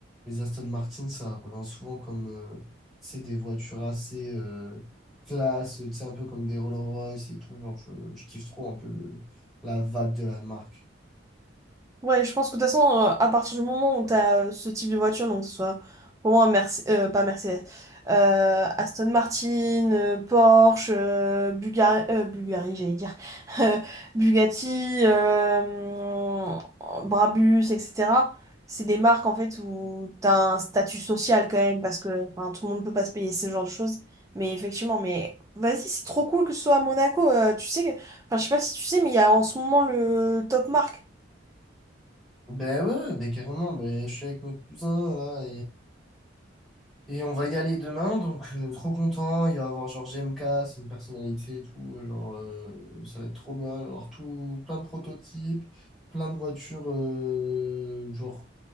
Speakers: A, in the centre; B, on the right.
A: les Aston Martin, ça revient souvent comme, euh, c'est des voitures assez euh, classe, tu sais, un peu comme des Rolls-Royce et tout. Genre, je, je kiffe trop un peu le- la vague de la marque.
B: Ouais, je pense que de toute façon, euh, à partir du moment où tu as ce type de voiture, donc que ce soit pour moi Merce- euh, pas Mercedes, euh, Aston Martin, euh, Porsche, euh, Buga- euh, Bulgari, j'allais dire, <laughs> euh, Bugatti, euh, Brabus, etc. C'est des marques en fait où tu as un statut social quand même, parce que enfin, tout le monde ne peut pas se payer ce genre de choses. Mais effectivement, mais vas-y, c'est trop cool que ce soit à Monaco. euh, tu sais, que- enfin, je sais pas si tu sais, mais il y a en ce moment le top marque.
A: Ben ouais, ouais, ben carrément, ben je suis avec mes cousins là Et on va y aller demain, donc euh, trop content. Il va y avoir genre GMK, c'est une personnalité et tout. euh, Genre, euh, ça va être trop bien. Il va y avoir tout, plein de prototypes, plein de voitures, euh, genre